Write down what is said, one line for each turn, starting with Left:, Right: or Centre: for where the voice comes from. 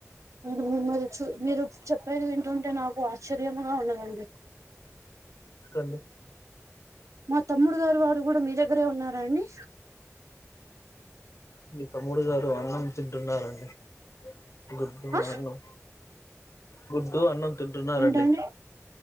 Right: మీరు మిమ్మల్ని చూ మీరు చెప్పేది విన్ టుంటే నాకు ఆశ్చర్యముగా ఉన్నదండి
Left: అండి
Right: మా తమ్ముడు గారు వారు కూడా మీ దగ్గరే ఉన్నారా అండి
Left: మీ తమ్ముడు గారు అన్నం తింటున్నాడండి గుడ్డు
Right: ఆ
Left: అన్నం గుడ్డు అన్నం తింటున్నారండి
Right: ఏంటండీ